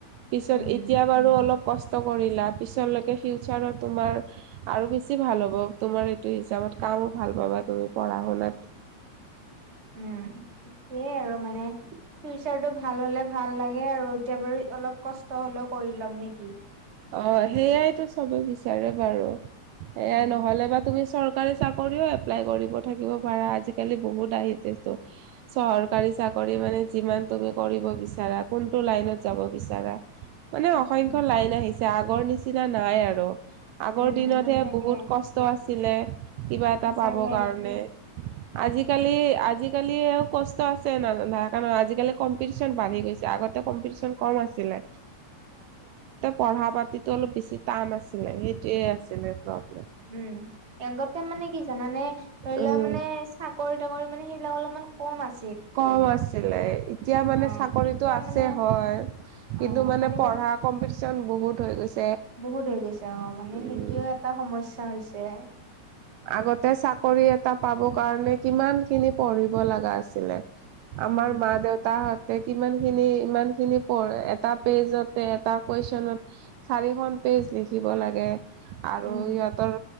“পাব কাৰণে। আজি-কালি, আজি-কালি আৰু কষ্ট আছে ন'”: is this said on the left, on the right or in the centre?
Right